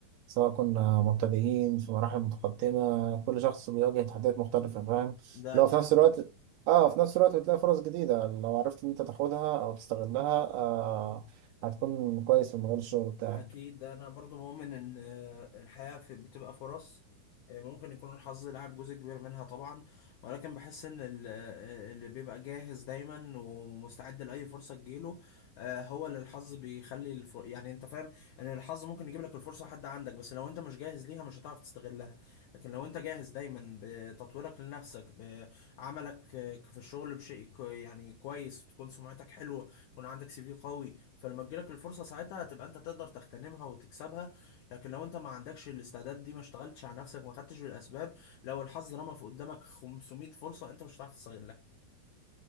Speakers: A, on the right; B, on the left.
A: سواء كنا مبتدئين في مراحل متقدمة كل شخص بيواجه تحديات مختلفة فاهم
B: ده
A: لو
B: اكيد
A: في نفس الوقت اه في نفس الوقت بتلاقي فرص جديدة لو عرفت ان انت تاخدها او تستغلها آه هتكون كويس في مجال الشغل بتاعك
B: اكيد انا برضو مؤمن ان آه، الحياة في بتبقى فرص آه، ممكن يكون الحظ لعب جزء كبير منها طبعا ولكن بحس ان ال- آه، اللي بيبقى جاهز دايما ومستعد لاي فرصة تجيله آه، هو اللي الحظ بيخلي الفر... يعني انت فاهم ان الحظ ممكن يجيب لك الفرصة حد عندك بس لو انت مش جاهز ليها مش هتعرف تستغلها لكن لو انت جاهز دايما بتطويرك لنفسك بعملك آه، في الشغل بشيء كو- يعني كويس تكون سمعتك حلوة يكون عندك سي في قوي فلما تجيلك الفرصة ساعتها هتبقى انت تقدر تغتنمها وتكسبها لكن لو انت ما عندكش الاستعداد دي ما اشتغلتش على نفسك ما خدتش بالاسباب لو الحظ رمى في قدامك 500 فرصة انت مش هتعرف تستغلها